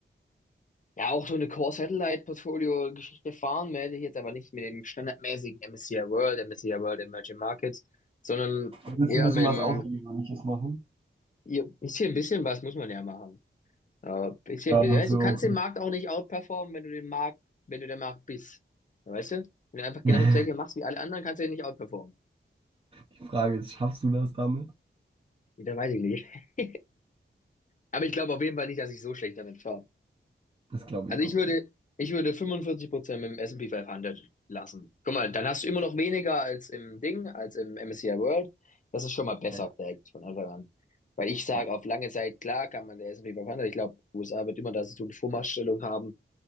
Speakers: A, on the left (about 40°); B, on the right (about 30°).
A: Ja, auch so eine Core-Satellite-Portfolio-Geschichte fahren, werde ich jetzt aber nicht mit dem standardmäßigen MSCI World, MSCI World Emerging Markets, sondern
B: Du willst
A: eher
B: ein bisschen
A: mit dem,
B: was Außergewöhnliches machen?
A: ja, bisschen, bisschen was muss man ja machen. Äh, bisschen,
B: Ja,
A: bisschen. Also
B: so.
A: du kannst den Markt auch nicht outperformen, wenn du den Markt, wenn du der Markt bist. Ja, Weißt du? Wenn du einfach genau
B: <laughs>
A: das Gleiche machst wie alle anderen, kannst du den nicht outperformen.
B: Die Frage ist, schaffst du das damit?
A: Ja, Dann weiß ich nicht. <laughs> Aber ich glaube auf jeden Fall nicht, dass ich so schlecht damit fahre.
B: Das glaube
A: Also
B: ich
A: ich
B: auch
A: würde,
B: nicht.
A: ich würde 45% mit dem S&P 500 lassen. Guck mal, dann hast du immer noch weniger als im Ding, als im MSCI World. Das ist schon mal besser
B: Ja,
A: direkt von Anfang an. Weil ich sage,
B: ja,
A: auf lange Zeit, klar kann man der S&P 500, ich glaube, USA wird immer da so eine Vormachtstellung haben.